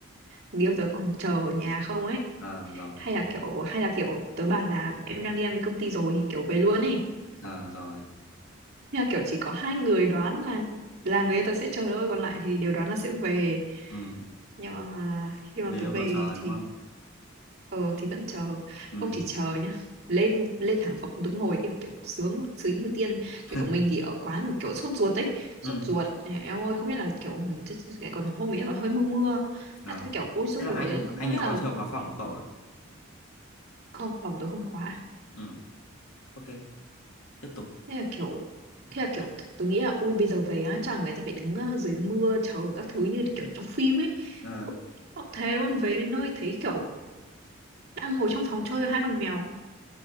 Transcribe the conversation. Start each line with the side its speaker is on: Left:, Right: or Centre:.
Right: người yêu tớ còn chờ ở nhà không ấy
Left: Ờ, rồi,
Right: hay là kiểu hay là kiểu tớ bảo là em đang đi ăn với công ty rồi thì kiểu về luôn ấy
Left: ờ, rồi,
Right: thế là kiểu chỉ có hai người đoán là là người yêu tớ sẽ chờ thôi còn lại thì đều đoán là sẽ về
Left: ừ,
Right: nhưng mà khi mà
Left: người
Right: tớ
Left: yêu
Right: về
Left: cậu chờ đúng
Right: thì
Left: không?
Right: ờ thì vẫn chờ
Left: Ừ,
Right: không chỉ chờ nhá lên lên thẳng phòng đứng ngồi yêu kiểu sướng sướng như tiên kiểu
Left: <laughs>
Right: mình thì ở quán mà kiểu sốt ruột ấy sốt
Left: ừ.
Right: ruột Ờ, em ơi không biết là kiểu còn hôm ấy còn hơi mưa mưa
Left: Ờ.
Right: Thế thôi kiểu ôi sốt
Left: Thế là
Right: ruột
Left: anh,
Right: ấy, không
Left: anh
Right: không
Left: ấy
Right: biết là
Left: có chiều khóa phòng của cậu à?
Right: không phòng tôi không khóa
Left: Ừ, ok, tiếp tục.
Right: thế là kiểu thế là kiểu tôi nghĩ là ui bây giờ về á chẳng người ta phải đứng ờ, dưới mưa chờ các thứ như kiểu trong phim ấy
Left: Ờ,
Right: Nó thế luôn về đến nơi thấy kiểu đang ngồi trong phòng chơi với hai con mèo